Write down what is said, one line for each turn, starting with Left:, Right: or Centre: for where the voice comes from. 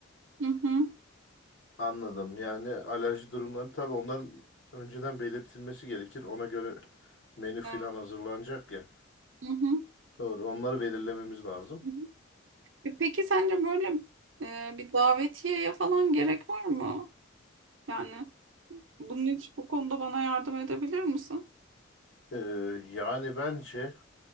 Right: Hı hı.
Left: Anladım. Yani alerji durumları tabii onların önceden belirtilmesi gerekir. Ona göre menü filan
Right: Evet,
Left: hazırlanacak ya.
Right: Hı hı.
Left: Doğru. Onları belirlememiz lazım.
Right: Hı hı. E Peki sence böyle e, bir davetiyeye falan gerek var mı? Yani bunun için bu konuda bana yardım edebilir misin?
Left: Ee, yani bence